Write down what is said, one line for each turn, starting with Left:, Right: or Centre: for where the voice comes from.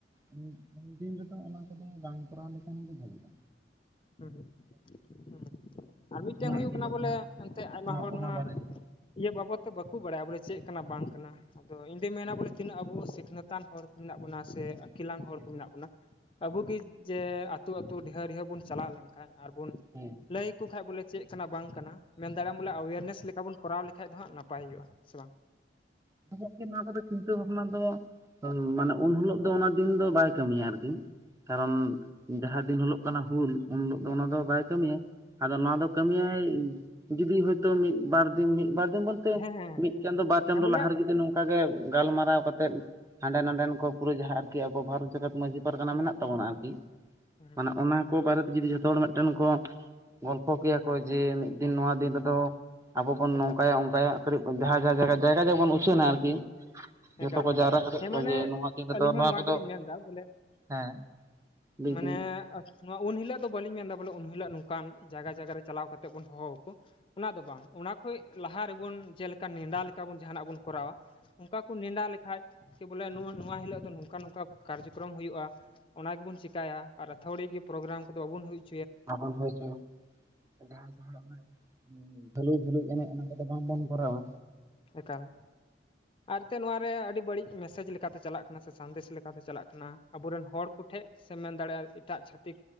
Right: ᱤᱱᱠᱟᱹ ᱫᱤᱱ ᱨᱮᱫᱚ ᱚᱱᱟ ᱠᱚᱫᱚ ᱵᱟᱝ ᱠᱚᱨᱟᱣ ᱞᱮᱠᱷᱟᱱ ᱜᱮ ᱵᱷᱟᱹᱜᱤᱜᱼᱟ
Left: ᱦᱮᱸ ᱦᱮᱸ ᱟᱨ ᱢᱤᱫᱴᱮᱱ
Right: ᱚᱱᱟ
Left: ᱦᱩᱭᱩᱜ
Right: ᱤᱫᱤ
Left: ᱠᱟᱱᱟ ᱵᱚᱞᱮ ᱮᱱᱛᱮᱜ ᱟᱭᱢᱟ
Right: ᱚᱱᱟ
Left: ᱦᱚᱲ
Right: ᱚᱱᱟ
Left: ᱱᱚᱣᱟ
Right: ᱵᱟᱨᱮᱛᱮ
Left: ᱤᱭᱟᱹ ᱵᱟᱵᱚᱫ ᱛᱮ ᱵᱟᱠᱚ ᱵᱟᱲᱟᱭᱟ ᱵᱚᱞᱮ ᱪᱮᱫ ᱠᱟᱱᱟ ᱵᱟᱝ ᱠᱟᱱᱟ ᱟᱫᱚ ᱤᱧᱫᱚᱩᱧ ᱢᱮᱱᱟ ᱵᱚᱞᱮ ᱛᱤᱱᱟᱹᱜ ᱟᱵᱚ ᱥᱤᱠᱷᱱᱟᱹᱛᱟᱱ ᱦᱚᱲ ᱠᱚ ᱢᱮᱱᱟᱜ ᱵᱚᱱᱟ ᱥᱮ ᱟᱹᱠᱤᱞᱟᱱ ᱦᱚᱲ
Right: ᱦᱮᱸ
Left: ᱠᱚ ᱢᱮᱱᱟᱜ ᱵᱚᱱᱟ ᱟᱵᱚᱤ ᱡᱮ ᱟᱹᱛᱩ ᱟᱹᱛᱩ ᱰᱷᱮᱦᱟᱹ ᱰᱷᱮᱦᱟᱹ ᱵᱚᱱ ᱪᱟᱞᱟᱣ ᱞᱮᱱ ᱠᱷᱟᱱ ᱟᱨᱵᱚᱱ
Right: ᱦᱮᱸ
Left: ᱞᱟᱹᱭᱟᱠᱚ ᱠᱷᱟᱱᱡ ᱵᱚᱞᱮ ᱪᱮᱫ ᱠᱟᱱᱟ ᱵᱟᱝ ᱠᱟᱱᱟ ᱢᱮᱱ ᱫᱟᱲᱮᱭᱟᱜᱼᱟᱢ ᱵᱚᱞᱮ ᱟᱣᱮᱨᱱᱮᱥ ᱞᱮᱠᱟ ᱵᱚᱱ ᱠᱚᱨᱟᱣ ᱞᱮᱠᱷᱟᱡ ᱫᱚ ᱦᱟᱸᱜ ᱱᱟᱯᱟᱭ ᱦᱩᱭᱩᱜᱼᱟ ᱥᱮ ᱵᱟᱝ
Right: ᱦᱮᱸᱠ <unintelligible> ᱜᱚᱝᱠᱮ ᱱᱚᱣᱟ ᱠᱚᱫᱚ ᱪᱤᱱᱛᱟᱹ ᱵᱷᱟᱵᱽᱱᱟ ᱫᱚ ᱢᱟᱱᱮ ᱩᱱ ᱦᱤᱞᱳᱜ ᱫᱚ ᱚᱱᱟ ᱫᱤᱱ ᱫᱚ ᱵᱟᱭ ᱠᱟᱹᱢᱤᱭᱟ ᱟᱨᱠᱤ ᱠᱟᱨᱚᱱ ᱡᱟᱦᱟᱸ ᱫᱤᱱ ᱦᱤᱞᱳᱜ ᱠᱟᱱᱟ ᱦᱩᱞ ᱩᱱ ᱦᱤᱞᱳᱜ ᱫᱚ ᱚᱱᱟ ᱫᱚ ᱵᱟᱭ ᱠᱟᱹᱢᱤᱭᱟ ᱟᱫᱚ ᱱᱚᱣᱟ ᱫᱚ ᱠᱟᱹᱢᱤᱭᱟᱭ ᱡᱩᱫᱤ ᱦᱚᱳᱭᱛᱳ ᱢᱤᱫ ᱵᱟᱨ ᱫᱤᱱ ᱢᱤᱫ ᱵᱟᱨ ᱫᱤᱱ ᱵᱚᱱ
Left: ᱦᱮᱸ ᱦᱮᱸ
Right: ᱢᱤᱫ ᱪᱟᱸᱫᱚᱳ ᱵᱟᱨ ᱪᱟᱸᱫᱚᱳ
Left: ᱦᱮᱸ ᱵᱚᱞᱮ
Right: ᱞᱟᱦᱟ ᱨᱮᱜᱮ ᱱᱚᱝᱠᱟ ᱚᱱᱠᱟᱟᱜ ᱜᱮ ᱜᱟᱞᱢᱟᱨᱟᱣ ᱠᱟᱛᱮᱮᱫ ᱦᱟᱸᱰᱮ ᱱᱟᱰᱮᱱ ᱠᱚ ᱯᱩᱨᱟᱹ ᱡᱟᱦᱟᱸ ᱟᱨᱠᱤ ᱟᱵᱚ ᱵᱷᱟᱨᱚᱛ ᱡᱟᱠᱟᱛ ᱢᱟᱺᱡᱷᱤ ᱯᱟᱨᱜᱟᱱᱟ
Left: ᱦᱮᱸ
Right: ᱢᱮᱱᱟᱜ ᱛᱟᱵᱚᱱᱟ ᱟᱨᱠᱤ
Left: ᱦᱮᱸ
Right: ᱢᱟᱱᱮ ᱚᱱᱟ ᱠᱚ ᱵᱟᱨᱮᱛᱮ ᱡᱩᱫᱤ ᱡᱚᱛᱚ ᱦᱚᱲ ᱢᱤᱫᱴᱮᱱ ᱠᱚ ᱜᱚᱞᱯᱷᱚ ᱠᱮᱭᱟ ᱠᱚ ᱡᱮ ᱢᱤᱫ ᱫᱤᱱ ᱱᱚᱣᱟ ᱫᱤᱱ ᱨᱮᱫᱚ ᱟᱵᱚ ᱵᱚᱱ
Left: ᱮᱠᱟᱞ
Right: ᱱᱚᱝᱠᱟᱭᱟ ᱚᱱᱠᱟᱭᱟᱜ ᱠᱟᱹᱴᱤᱡ ᱡᱟᱦᱟᱸ ᱡᱟᱦᱟᱸ ᱡᱟᱭᱜᱟ ᱡᱟᱭᱜᱟ ᱡᱟᱜᱟ ᱵᱚᱱ ᱩᱪᱷᱱᱟ ᱟᱨᱠᱤ ᱡᱚᱛᱚ
Left: ᱮᱠᱟᱞ
Right: ᱠᱚ
Left: ᱮᱠᱟᱞ
Right: ᱡᱟᱣᱨᱟ ᱠᱮᱫ
Left: ᱦᱮᱸ
Right: ᱠᱚᱣᱟ
Left: ᱢᱟᱱᱮ
Right: ᱡᱮ ᱱᱚᱣᱟ ᱛᱤᱱᱫᱚ
Left: ᱟᱹᱞᱤᱧ ᱦᱚᱸ
Right: ᱱᱚᱣᱟ ᱠᱚᱫᱚ
Left: ᱜᱮᱞᱤᱧ ᱢᱮᱱᱫᱟ ᱵᱚᱞᱮ
Right: ᱦᱮᱸ ᱞᱟᱹᱭ
Left: ᱢᱟᱱᱮ
Right: ᱫᱟᱹᱧ
Left: ᱱᱚᱣᱟ ᱩᱱ ᱦᱤᱞᱳᱜ ᱫᱚ ᱵᱟᱹᱞᱤᱧ ᱢᱮᱱᱫᱟ ᱵᱚᱞᱮ ᱩᱱ ᱦᱤᱞᱳᱜ ᱱᱚᱝᱠᱟᱱ ᱡᱟᱭᱜᱟ ᱡᱟᱭᱜᱟ ᱨᱮ ᱪᱟᱞᱟᱣ ᱠᱟᱛᱮᱜ ᱵᱚᱱ ᱦᱚᱦᱚ ᱟᱠᱚ ᱚᱱᱟ ᱫᱚ ᱵᱟᱝ ᱚᱱᱟ ᱠᱷ ᱞᱟᱦᱟ ᱨᱮᱵᱚᱱ ᱡᱮᱞᱮᱠᱟ ᱱᱮᱰᱟ ᱞᱮᱠᱟ ᱵᱚᱱ ᱡᱟᱦᱟᱱᱟᱜ ᱵᱚᱱ ᱠᱚᱨᱟᱣᱟ ᱚᱱᱠᱟ ᱠᱷᱮᱰᱟᱣ ᱞᱮᱠᱷᱟᱡ ᱵᱚᱞ ᱱᱚᱣᱟ ᱦᱤᱞᱳ ᱫᱚ ᱱᱚᱝᱠᱟ ᱱᱚᱝᱠᱟ ᱠᱟᱨᱡᱚᱠᱨᱚᱢ ᱦᱩᱭᱩᱜᱼᱟ ᱚᱱᱟ ᱜᱮᱵᱚᱱ ᱪᱮᱟᱭ ᱟᱨᱛᱷᱷᱟᱲᱤ ᱜᱮ ᱯᱨᱳᱜᱨᱟᱢ ᱠᱚᱫᱚ ᱵᱟᱵᱚᱱ ᱦᱩᱭ ᱪᱼᱟ
Right: ᱟᱵᱚᱱ ᱦᱚᱭ ᱪᱩ ᱭᱟ ᱡᱟᱦᱟᱸ ᱫᱚ ᱦᱟᱜ ᱫᱷᱟᱹᱞᱩᱭ ᱫᱷᱟᱹᱞᱩᱭ ᱮᱱᱮᱡ ᱚᱱᱟ ᱠᱚᱫᱚ ᱵᱟᱝᱵᱚᱱ ᱠᱚᱨᱟᱣᱟ
Left: ᱮᱠᱟᱞ ᱟᱨ ᱮᱱᱛᱮᱫ ᱱᱚᱣᱟᱨᱮ ᱟᱹᱰᱤ ᱵᱟᱹᱲᱤᱡ ᱢᱮᱥᱮᱡᱽ ᱞᱮᱠᱟᱛᱮ ᱪᱟᱞᱟᱜ ᱠᱟᱱᱟ ᱥᱮ ᱥᱟᱸᱫᱮᱥ ᱞᱮᱠᱟ ᱠᱟᱛᱮ ᱪᱟᱞᱟᱜ ᱠᱟᱱᱟ ᱟᱵᱚᱨᱮᱱ ᱦᱚᱲ ᱠᱚᱴᱷᱮᱱ ᱥᱮᱢ ᱢᱮᱱ ᱫᱟᱲᱮᱭᱟᱜ-ᱟ ᱮᱴᱟᱜ ᱪᱷᱟᱹᱛᱤᱠ